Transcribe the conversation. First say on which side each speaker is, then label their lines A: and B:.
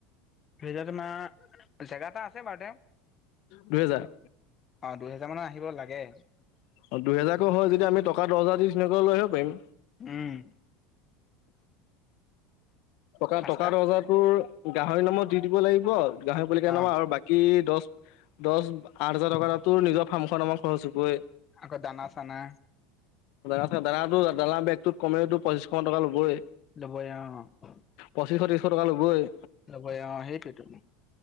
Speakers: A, on the left; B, on the left.
A: দুহেজাৰ তোমাৰ জেগা এটা আছে বাৰু তে
B: দু হেজাৰ?
A: অঁ দুহেজাৰ মানত আহিব লাগে।
B: অ' দুহেজাৰকো হয় যদি আমি টকা দহ হজাৰ দি ধুনীয়াকৈ লৈ আহিব পাৰিম।
A: উম।
B: টকা
A: পাঁচটা
B: টকা দহ হাজাৰ তোৰ গাহৰি নামত দি দিব লাগিব, গাহৰি পোৱালি কেইটা
A: অ
B: নামত আৰু বা কি দচ দচ আঠ হাজাৰ টকা তোৰ নিজৰ ফাম খন নামত খৰচ হ'বই।
A: আকৌ দানা চানা
B: দানা চানা, দানাটো দানা বেগটোত কমেও টোৰ পঁচিশ মান টকা ল'বই।
A: ল'বই অঁ।
B: পঁছিশ ত্ৰিচ শ টকা ল'বই।
A: ল'বই অঁ, সেইটোৱেতো।